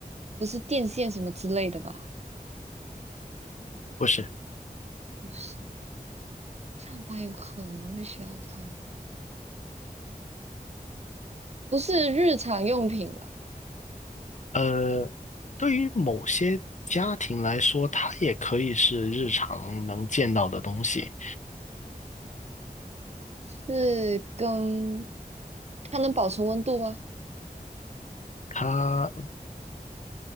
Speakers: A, on the right; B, on the left.
A: 不是电线什么之类的吧？
B: 不是。
A: 不是，上班有可能会需要它，不是日常用品吧？
B: 呃，对于某些家庭来说，它也可以是日常能见到的东西。
A: 是跟它能保持温度吗？
B: 它